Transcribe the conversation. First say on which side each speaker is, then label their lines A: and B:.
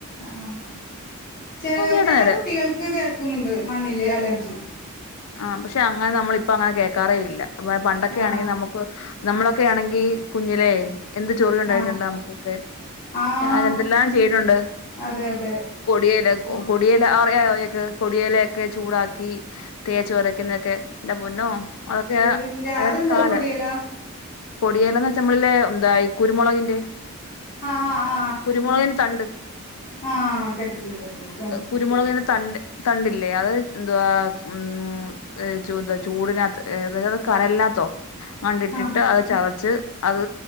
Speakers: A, on the left (about 40°); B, on the left (about 75°).
A: ആഹ് ചില
B: കേട്ട
A: ചില
B: നേരെ
A: കുട്ടികൾക്ക് കേൾക്കുന്നുണ്ട് മണ്ണില് അലർജി
B: ആഹ് പക്ഷെ അങ്ങനെ നമ്മളിപ്പ അങ്ങനെ കേൾക്കാറേ ഇല്ല പണ്ടൊക്കെ
A: ആഹ്
B: ആണെങ്കിൽ നമുക്ക് നമ്മളൊക്കെ ആണെങ്കി കുഞ്ഞിലേ എന്ത് ചോറിയ ഉണ്ടായിട്ടുണ്ട്
A: ആഹ്
B: നമ്മുക്കൊക്കെ
A: ആഹ്
B: ഞാൻ എന്തെല്ലാം ചെയ്തുണ്ട്
A: അതെ അതെ
B: പോടിയല് ഒ
A: ഉം
B: കൊടിയ- അറിയ <unintelligible> കൊടിയലേക്ക് ഒക്കെ ചൂടാക്കി തേച്ച് പോരക്കുന്നൊക്കെ എന്റെ പൊന്നോ അതൊക്കെയ
A: ഇല്ല
B: അ
A: അതെന്താ
B: കാല്
A: കൊടിയലോ
B: കൊടിയേല എന്ന് വെച്ചാ നമ്മള്ല്ലോ എന്താ ഈ കുരുമുളകിന്റെ
A: ആഹ്
B: കുരുമുളകിന്റെ തണ്ട്
A: ആഹ് കെട്ടിണ്ട് കെട്ടിണ്ട് ആഹ്
B: കുരുമുളകിന്റെ തണ്ട് തണ്ടില്ലേ അത് എന്തുവാ ഉം ചൂന്താ ചൂടിനകത്ത് ത് കനലിനകത്തോ കണ്ടിട്ടിട്ട്
A: ആഹ്
B: അത് ചതച്ച് അത്